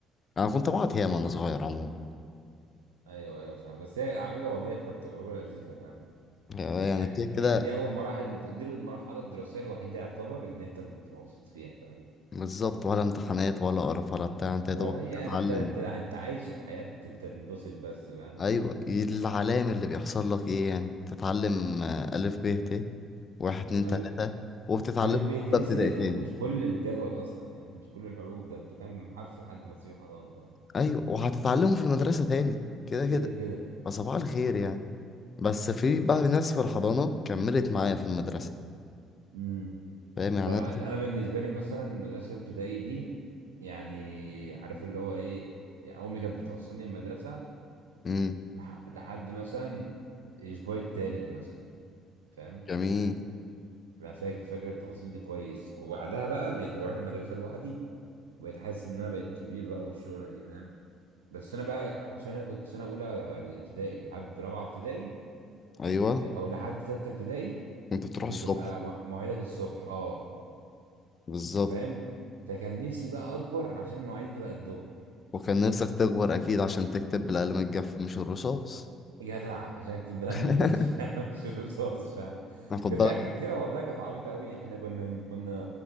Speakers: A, on the left; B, on the right.
A: أنا كنت بقعد ياما وأنا صغير عموما
B: ايوه ايوه فاهم بس هي على فكره والله كانت تجربه لذيذه فاهم
A: يعني
B: يعني
A: كده
B: يعني
A: كده
B: دي اول مراحل دي المرحله الدراسيه الوحيده يعتبر ان انت بتبقى مبسوط فيها فاهم
A: بالظبط ولا امتحانات ولا قرف ولا بتاع انت يا
B: ولا
A: دوبك
B: اي
A: بتتعلم
B: انت انت انت عايش الحياه بت- بتنبسط بس فاهم
A: ايوه العلام اللي بيحصل لك ايه يعني تتعلم آه، الف ب ت واحد اتنين
B: قال-
A: تلاتة وبتتعلمه
B: قالت به
A: في
B: تسق
A: أولى ابتدائي تاني
B: ومش كل الجدول اصلا يعني مش كل الحروف ده انت كام حرف لحد ما تسيب الحضانه فاهم
A: ايوه وهتتعلمه في المدرسة تاني كده كده
B: كده كده
A: فصباح الخير يعني بس في بقى ناس في الحضانة كملت معايا في المدرسة
B: امم
A: فاهم يعني
B: طبعا
A: أنا
B: انا بالنسبه لي مثلا مدرسه ابتدائي دي يعني عارف اللي هو ايه يعني امي كانت بتوصلني المدرسه
A: امم
B: لح- لحد مثلا الاسبوع التالت مثلا فاهم
A: جميل
B: انا فاكر فاكر التفاصيل دي كويس وبعدها بقى بقيت بروح المدرسه لوحدي وبقيت حاسس ان انا بقيت كبير بقى والشغله دي فاهم بس انا بقى عشان انا كنت سنه اولى ابتدائي لحد رابعه ابتدائي
A: أيوه
B: إيه، او لحد ثالثه ابتدائي
A: كنت بتروح
B: بتبقى
A: الصبح
B: مو- مواعيدك الصبح اه
A: بالظبط
B: فاهم فكان نفسي بقى اكبر عشان مواعيدي تبقى الظهر
A: وكان نفسك تكبر أكيد عشان تكتب بالقلم الجاف مش الرصاص
B: جدع عشان اكتب بقى
A: <laughs>
B: الجف <laughs> مش الرصاص فاهم
A: أنا خد
B: كان
A: بالك
B: في حاجات كتيره والله كانت عبيطه قوي احنا كنا كنا